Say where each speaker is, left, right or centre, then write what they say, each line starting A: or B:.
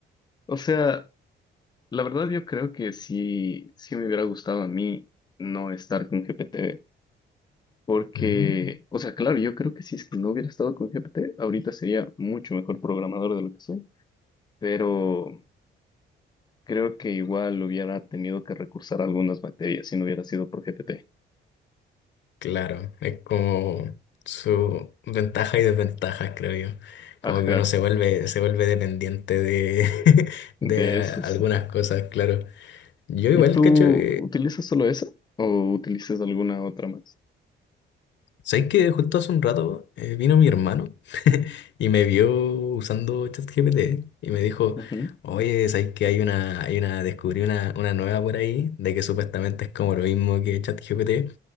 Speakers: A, on the left (about 20°); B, on the left (about 65°).
A: O sea, la verdad yo creo que sí, sí me hubiera gustado a mí no estar con GPT Porque,
B: Mm.
A: o sea, claro, yo creo que si es que no hubiera estado con GPT, ahorita sería mucho mejor programador de lo que soy, pero creo que igual hubiera tenido que recursar a algunas materias si no hubiera sido por GPT.
B: Claro, es como su ventaja y desventaja, creo yo.
A: Ajá,
B: Como que uno se vuelve, se vuelve dependiente de, <laughs>
A: de
B: de a-
A: esos.
B: algunas cosas, claro. Yo igual,
A: ¿Y tú
B: cacho, eh,
A: utilizas solo eso o utilizas alguna otra más?
B: ¿sabes que justo hace un rato eh, vino mi hermano <laughs> y me vio usando ChatGPT y me dijo,
A: Ujú.
B: oye, ¿sabes que hay una, hay una, descubrí una, una nueva por ahí de que supuestamente es como lo mismo que ChatGPT,